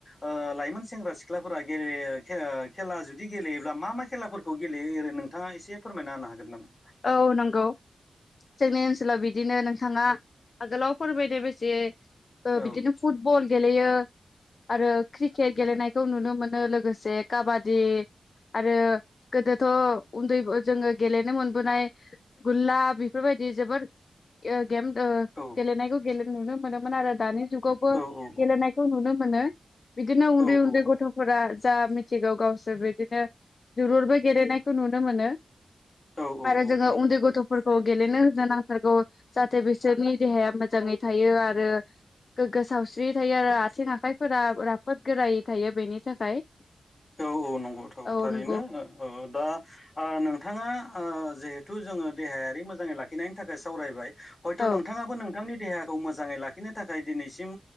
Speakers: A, on the left; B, on the left.
A: ओ लाइमोन सेंग्रा सि ख्लाफोरा गेरेयो खेरा खेला जुदि गेलेयोब्ला मा मा खेलाफोरखौ गेलेयो ओरै नोंथाङा एसे फोरमायना होनो हागोन नामा?
B: औ नंगौ जोंनि ओनसोलाव बिदिनो नोंथाङा आगोलाव फोरमायनाय बेसे
A: औ
B: बिदिनो फुटबल गेलेयो आरो क्रिकेट गेलेनायखौ नुनो मोनो लोगोसे काबादि आरो गोदोथ' उन्दै जोङो गेलेनो मोन बोनाय गुल्ला बेफोरबायदि जोबोद ओ गेम ओ
A: औ
B: गेलेनायखौ गेल नुनो मोनोमोन आरो दानि जुगावबो
A: औ औ
B: गेलेनायखौ नुनो मोनो। बिदिनो उन्दै
A: औ
B: उन्दै
A: औ औ
B: गथ'फोरा जा मिथिगौ गावसोर बे बिदिनो जोलुरबो गेलेनायखौ नुनो मोनो।
A: औ
B: आरो जोङो
A: औ नंगौ
B: उन्दै
A: थारैनो
B: गथ'फोरखौ गेलेनो नांथारगौ जाहाथे बिसोरनि देहाया मोजाङै थायो आरो गोग्गो सावस्रि थायो आरो आथिं आखाइफोरा राफोद गोरायै थायो बेनि थाखाय।
A: औ औ नंगौथौ
B: औ
A: थारैनो
B: नंगौ
A: औ दा ओ नोंथाङा ओ जिहे थु जोङो देहायारि मोजाङै लाखिनायनि थाखाय सावरायबाय। हयथ'
B: औ
A: नोंथाङाबो नोंथांनि देहाखौ मोजाङै लाखिनो थाखाय दिनैसिम